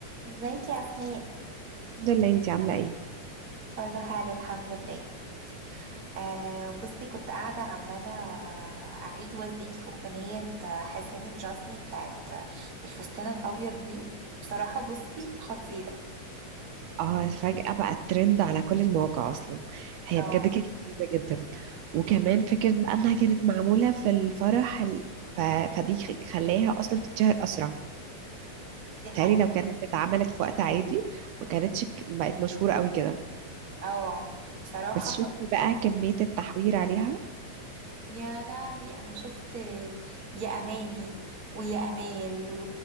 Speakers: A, on the right; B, on the right.
A: ازيك يا اسماء
B: الحمد لله انتي عاملة ايه؟
A: كله حلو الحمد لله آه بصي كنت قاعده عماله اعيد وازيد في اغنيه حسين الجسمي بتاعت الفستان الابيض دي بصراحه بصي خطيره
B: اه فجأة بقى الترند على كل المواقع اصلا هي
A: اه
B: بجد كانت لذيذة جدا وكمان فكرة بقى انها كانت معمولة في الفرح ال... ف... فدي خ- خلاها اصلا تتشهر اسرع
A: دي حقيقة
B: تالي لو كانت اتعملت في وقت عادي ما كانتش ك- بقت مشهورة قوي كده
A: اه بصراحه
B: بس
A: خ-
B: شوفي بقى كمية التحوير عليها
A: يا لهوي انا شفت يا اماني ويا امال و...